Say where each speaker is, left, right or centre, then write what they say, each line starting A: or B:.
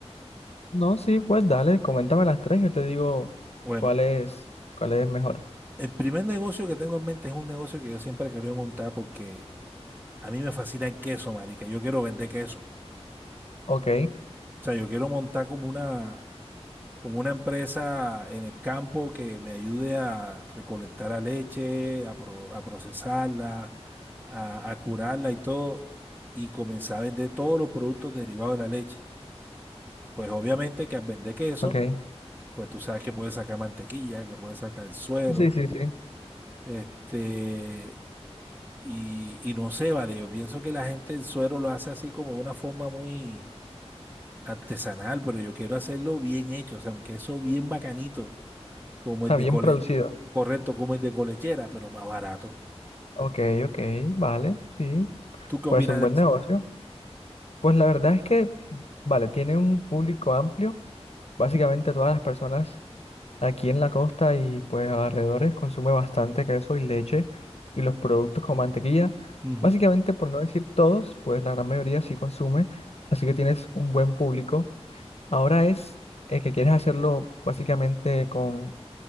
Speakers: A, on the left (about 70°); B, on the right (about 20°).
A: No, sí, pues dale, coméntame las tres, yo te digo
B: Bueno,
A: cuál es, cuál es mejor.
B: el primer negocio que tengo en mente es un negocio que yo siempre he querido montar porque a mí me fascina el queso, marica. Yo quiero vender queso.
A: Ok,
B: O sea, yo quiero montar como una, como una empresa en el campo que me ayude a recolectar la leche, a, pro- a procesarla, a, a curarla y todo, y comenzar a vender todos los productos derivados de la leche. Pues obviamente que al vender queso,
A: ok.
B: pues tú sabes que puedes sacar mantequilla, que puedes sacar suero,
A: Sí, sí, sí. O
B: este, y, y no sé, vale, yo pienso que la gente el suero lo hace así como de una forma muy artesanal, pero yo quiero hacerlo bien hecho, o sea, un queso bien bacanito, como
A: sea,
B: el de
A: bien
B: cole,
A: producido.
B: correcto, como el de colechera, pero más barato.
A: Ok, ok, vale, sí.
B: ¿Tú qué
A: Pues
B: opinas
A: un buen
B: de eso?
A: negocio. Pues la verdad es que, vale, tiene un público amplio. Básicamente todas las personas Aquí en la costa y pues alrededores consume bastante queso y leche y los productos como mantequilla.
B: Ujú,
A: Básicamente, por no decir todos, pues la gran mayoría sí consume, así que tienes un buen público. Ahora es eh, que quieres hacerlo básicamente con,